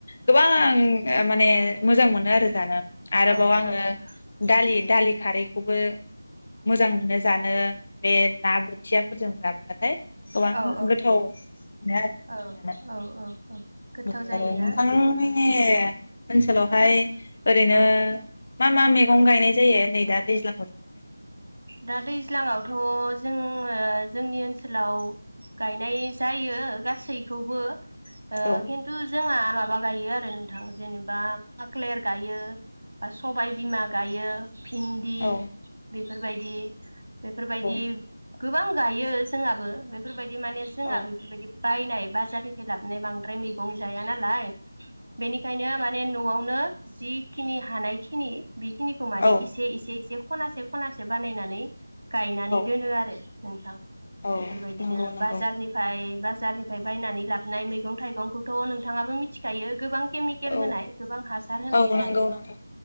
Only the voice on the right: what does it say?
औ
औ
औ
उम
ओ औ
औ औ औ गोथाव
जायोना
उम उम
औ
औ
औ
दा दैज्लांआवथ जोंङो जोंनि ओनसोलाव गायनाय जायो गासैखौबो ओ
खिन्थु जोंङा माबाख जायो आरो नोंथां जेनेबा खाख्लेर गायो बा सबाय बिमा गायो भिन्दि
बेफोरबायदि बेफोरबायदि
गोबां गायो जोंहाबो बेफोरबायदि बिदि माने जोंङा
बेफोरबायदि बायनाय बाजारनिफ्राय लाबोनाय बांद्राय मैगं जाया नालाय बेनिखायनो माने न'आवनो जिखिनि हानायखिनि बेखिनिखौ माने
इसे इसे इसे खनासे खनासे बानायनानै गायनानै
दोनो आरो नोथां
बेफोरबायदिनो
बाजारनिफ्राय बाजा बाजारनिफ्राय बायनानै लाबोननाय मैगं थाइगंखौथ नोंथाङाबो मिथिखायो गोबां केमिकेल
होनाय गोबां हासार होनाय
होननानै